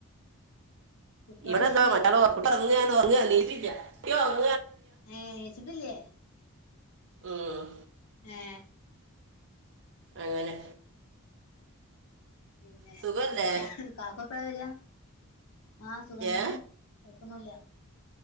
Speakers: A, on the left; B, on the right.
A: കുട്ടികൾ
B: ഇവിടെ എന്താ
A: ചെയ്യണ്
B: <unintelligible>
A: ചോദിക്കാ
B: ഉറങ്ങുവാണ് ഉറങ്ങി എണീറ്റില്ല <unintelligible>
A: ഏ എണീറ്റിട്ടില്ലേ
B: ഉം
A: ഏ അത്
B: അങ്ങനെ
A: ശരി പിന്നെ
B: സുഖല്ലേ
A: കാക്ക ഇപ്പോ എവിടെയാ ആഹ് സുഖം
B: ഏ
A: തന്നെ കൊഴപ്പം ഒന്നുമില്ല